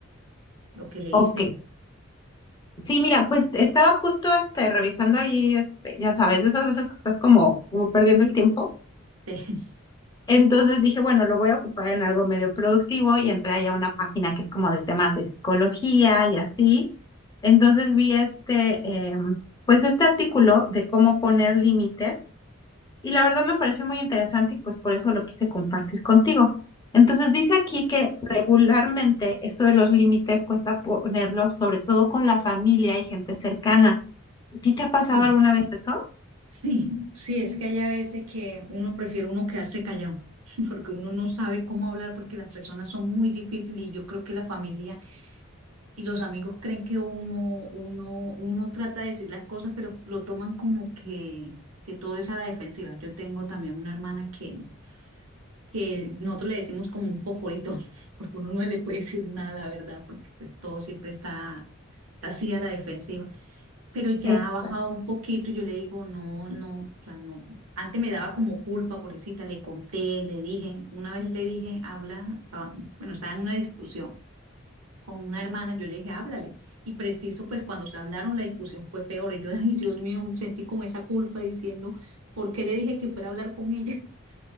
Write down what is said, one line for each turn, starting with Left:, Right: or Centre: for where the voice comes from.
Right: lo que leíste.
Left: Ok. Sí, mira, pues estaba justo este, revisando ahí, este, ya sabes, de esas veces que estás como, como perdiendo el tiempo.
Right: Sí.
Left: Entonces dije, bueno, lo voy a ocupar en algo medio productivo y entré allá a una página que es como de temas de psicología y así. Entonces vi este, em, pues este artículo de cómo poner límites y la verdad me pareció muy interesante y pues por eso lo quise compartir contigo. Entonces dice aquí que regularmente esto de los límites cuesta ponerlos sobre todo con la familia y gente cercana. ¿A ti te ha pasado
Right: <laughs>
Left: alguna
Right: Sí.
Left: vez eso?
Right: Sí, sí, es que hay a veces que uno prefiere uno quedarse callado, <laughs> porque uno no sabe cómo hablar, porque las personas son muy difíciles y yo creo que la familia y los amigos creen que uno, uno, uno trata de decir las cosas, pero lo toman como que, que todo es a la defensiva. Yo tengo también una hermana que, que nosotros le decimos como un foforito, <laughs> porque uno no le puede decir nada, la verdad, porque pues todo siempre está, está así a la defensiva pero ya
Left: Exacto.
Right: ha bajado un poquito y yo le digo, no, no, o sea, no. Antes me daba como culpa, pobrecita, le conté, le dije, una vez le dije, habla, estaba- bueno, estaba en una discusión con una hermana, yo le dije, háblale. Y preciso, pues cuando se hablaron, la discusión fue peor. Y yo, <laughs> ay, Dios mío, sentí como esa culpa diciendo, ¿por qué le dije que fuera a hablar con ella? <laughs>